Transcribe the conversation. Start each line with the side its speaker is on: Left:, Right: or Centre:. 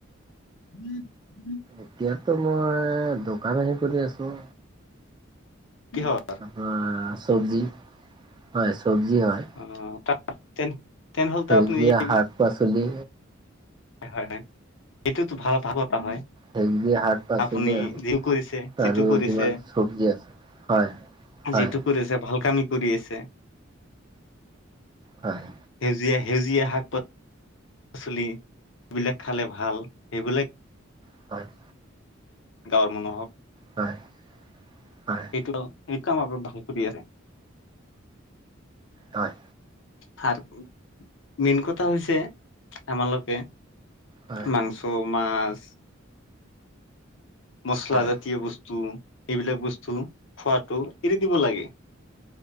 Left: <inaudible>
Right: এতিয়াতো মই দোকান আহি কৰি আছো।
Left: কিহ?
Right: অঁ' চব্জি হয়, চব্জি হয়।
Left: অঁ' তা‌ তেন তেন হ'ল এটা
Right: সেউজীয়া
Left: আপুনি-
Right: শাক পাচলি
Left: হয় হয় হয়, এইটোওতো ভাল ভাবটা হয়।
Right: সেই যে শাক পাচলি
Left: আপুনি
Right: আৰু,
Left: যি কৰিছে যিটো
Right: আৰু
Left: কৰিছে
Right: যিমান চব্জি আছে হয়। হয়
Left: যিটো কৰি আছে, ভাল কামে কৰি আছে।
Right: হয়।
Left: সেউজীয়া সেউজীয়া শাক পাচলিবিলাক খালে ভাল, সেইবিলাক-
Right: হয়।
Left: গাঁওৰ মানুহক-
Right: হয়, হয়।
Left: এইটো এই কাম আপোনি ভাল কৰি আছে।
Right: হয়।
Left: সাৰ মেন কথা হৈছে- আমালোকে
Right: হয়
Left: মাংস মাছ- মচলা
Right: হয় হয় হয় হয় হয় হয়
Left: জাতীয় বস্তু, এইবিলাক বস্তু খোৱাতো- এৰি দিব লাগে।